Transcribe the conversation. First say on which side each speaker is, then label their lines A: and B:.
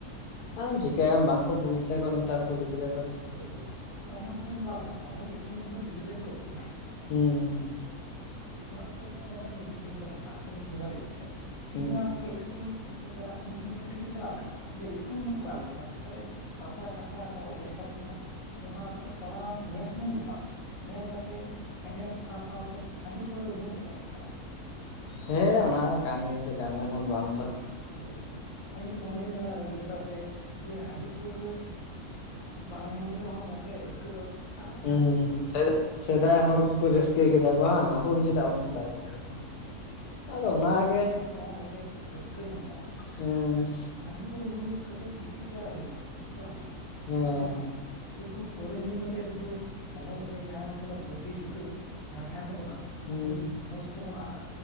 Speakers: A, on the left (about 90°); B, on the left (about 35°).
A: ᱟᱨ ᱪᱤᱠᱟᱭᱟᱢ ᱵᱟᱝᱠᱚ ᱵᱩᱡ ᱫᱫᱟᱠᱚ ᱱᱮᱛᱟᱨ ᱠᱚ ᱜᱤᱫᱽᱨᱟᱹ ᱫᱚᱼᱼ
B: ᱦᱳᱭ ᱦᱳᱭ ᱚᱱᱟ ᱥᱩᱢᱚᱱᱫᱷ ᱵᱟᱝ ᱜᱚᱝᱠᱮ ᱚᱱᱮ ᱡᱮ ᱤᱥᱠᱩᱞ ᱨᱮᱫᱚ ᱜᱤᱫᱽᱨᱟᱹ ᱡᱮ ᱩᱰᱩᱠ ᱱᱟᱭᱼᱼ
A: ᱦᱩᱸ᱾
B: ᱚᱲᱟᱜ ᱫᱚ ᱞᱟᱹᱭ ᱠᱮᱫᱟ ᱵᱟᱵᱟ ᱤᱧ ᱤᱥᱠᱩᱞᱤᱧ ᱪᱟᱞᱟᱜ ᱠᱟᱱᱟ ᱠᱛᱩ ᱢᱳᱵᱟᱭᱤᱞ ᱤᱫᱤ ᱠᱮᱫᱟᱭ ᱴᱷᱤᱠ
A: ᱦᱩᱸ
B: ᱜᱮ ᱢᱟ ᱜᱚᱝᱠᱮ ᱤᱥᱠᱩᱞ᱾ ᱪᱟᱞᱟᱜ ᱠᱟᱱᱟ ᱜᱮᱞ ᱴᱷᱤᱠᱮ ᱪᱞᱟᱣᱱᱟ ᱠᱤᱱᱛᱩ ᱤᱥᱠᱩᱞ ᱢᱚᱛᱚ ᱵᱚᱞᱚᱜᱼᱟ ᱚᱠᱟ ᱠᱚᱨᱮᱼᱼ ᱯᱟᱛᱟ ᱪᱷᱟᱛᱟ ᱚᱠᱟᱨᱮ ᱚᱨᱠᱮᱥᱴᱟᱨ ᱦᱩᱭᱩᱜ ᱠᱟᱱᱟ ᱚᱱᱟ ᱠᱚᱨᱮᱼᱼ ᱪᱟᱞᱟᱣ ᱠᱟᱛᱮ ᱧᱮᱞ ᱥᱩᱢᱩᱝ ᱫᱚ ᱵᱟᱝ ᱧᱮᱞ ᱠᱟᱛᱮ ᱮᱱᱮᱡ ᱥᱟᱶ ᱥᱟᱶᱛᱮᱼᱼ ᱦᱟᱺᱰᱤ ᱯᱟᱹᱣᱨᱟᱹ ᱧᱩ ᱠᱟᱛᱮᱫ ᱠᱚ ᱮᱱᱮᱡ ᱠᱟᱱᱟ᱾
A: ᱦᱮᱸ ᱚᱱᱟ ᱠᱟᱱ ᱜᱮᱭᱟ ᱪᱮᱫᱟᱜ ᱮᱢ ᱢᱮᱱᱟ ᱵᱟᱝ ᱫᱚ᱾
B: ᱦᱳᱭ ᱟᱹᱞᱤᱧ ᱫᱚ ᱱᱚᱣᱟ ᱜᱮᱞᱤᱧ ᱢᱮ ᱢᱮᱱᱟ ᱜᱚᱝᱠᱮ ᱪᱮᱫᱟᱜ ᱥᱮ ᱡᱮ ᱦᱟᱺᱰᱤ ᱯᱟᱹᱣᱨᱟᱹᱼᱼ ᱵᱟᱝ ᱧᱩ ᱠᱟᱛᱮ ᱨᱮᱦᱚᱸ ᱜᱚᱝᱠᱮ ᱨᱟᱹᱥᱠᱟᱹ ᱫᱚ ᱜᱟᱱᱚᱜᱼᱟ
A: ᱦᱩᱸ
B: ᱨᱟᱹᱥᱠᱟᱹ ᱦᱚᱸ ᱧᱟᱢᱚᱜᱼᱟ᱾
A: ᱥᱮᱫᱟᱭ ᱦᱚᱲ ᱠᱚᱠᱚ ᱨᱟᱹᱥᱠᱟᱹ ᱠᱮᱫᱟ ᱠᱚ ᱦᱟᱝ ᱟᱵᱚᱼᱼ ᱪᱮᱫᱟᱜ ᱵᱟᱵᱚᱱ
B: ᱦᱳᱭ
A: ᱫᱟᱲᱮᱭᱟᱜᱼᱟ
B: ᱦᱳᱭ
A: ᱠᱚ ᱟᱫᱚ ᱚᱱᱟᱜᱮᱼᱼ
B: ᱟᱫᱚ ᱦᱟᱜ ᱜᱚᱝᱠᱮ ᱨᱟᱹᱥᱠᱟᱹ ᱧᱟᱢᱚᱜᱼᱟ᱾
A: ᱦᱩᱸ᱾
B: ᱦᱟᱺᱰᱤ ᱯᱟᱹᱣᱨᱟᱹ ᱧᱩ ᱵᱩᱞ ᱠᱟᱛᱮᱫ ᱜᱤᱛᱤᱡ ᱜᱮ ᱟᱨ ᱦᱩᱭᱩᱜᱼᱟ ᱥᱩᱫᱩ ᱪᱮᱫ ᱦᱚᱸ ᱵᱟᱝ ᱦᱩᱭᱩᱜᱼᱟ
A: ᱦᱮᱸ
B: ᱨᱟᱹᱥᱠᱟᱹ ᱦᱚᱸ ᱵᱟᱝ ᱦᱩᱭᱩᱜᱼᱟ᱾ ᱥᱩᱫᱩ ᱯᱟᱹᱣᱨᱟᱹ ᱧᱩ ᱠᱟᱛᱮᱜ ᱥᱩᱫᱩ ᱵᱚᱦᱚᱜ ᱨᱮ ᱡᱟᱦᱟᱸ ᱛᱤᱱᱟᱹᱜ ᱵᱩᱫᱫᱷᱤ ᱫᱤᱥᱟᱹ ᱡᱟᱦᱟᱸ ᱛᱟᱦᱮᱱ ᱛᱟᱵᱚᱱᱟᱼᱼ
A: ᱦᱩᱸ
B: ᱦᱤᱸᱥ ᱦᱩᱥ ᱠᱚᱵᱚᱱ ᱟᱫ-ᱟ᱾